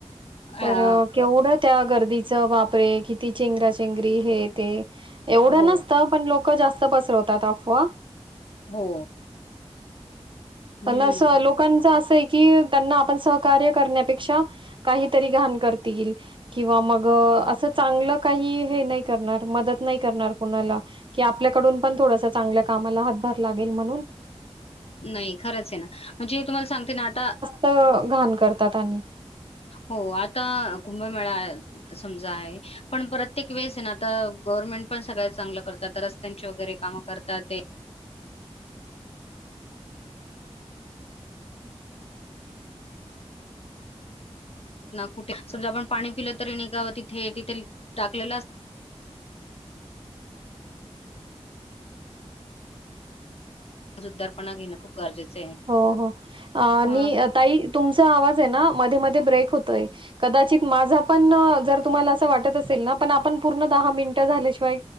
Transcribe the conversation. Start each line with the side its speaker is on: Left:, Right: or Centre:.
Right: तर
Left: अ क-
Right: केवढं त्या गर्दीच बापरे किती चेंगराचेंगरी हे ते एवढं
Left: हो
Right: नसतं. पण लोक जास्त पसरवतात अफवा.
Left: हो हम्म
Right: पण असं लोक कांच असं आहे की, त्यांना आपण सहकार्य करण्यापेक्षा काहीतरी घाण करतील. किंवा मग असं चांगलं काही हे नाही करणार. मदत नाही करणार कुणाला, कि आपल्याकडून पण थोडासा चांगल्या कामाला हातभार लागेल. म्हणून,
Left: नाही. खरंच आहे ना. म्हणजे तुम्हाला सांगते ना आता
Right: त घाण करतात आणि
Left: हो. आता कुंभमेळा समजा आहे. पण प्रत्येक वेळेस आहे ना. तर गोव्हर्नमेंट पण सगळ्या चांगलं करतात. रस्त्यांची वगैरे कामं करतात ते, ना कुठे, समजा आपण पाणी पिलं तरी निघाव तिथे तिथे टाकलेलं अस जुद्दारपणा घेणं खूप गरजेचं आहे.
Right: हो हो आणि,
Left: हं.
Right: अ ताई, तुमचा आवाज आहे ना. मध्ये मध्ये ब्रेक होतय. कदाचित माझा पण जर तुम्हाला, वाटत असेल ना. पण आपण पूर्ण दहा मिनिट झाल्याशिवाय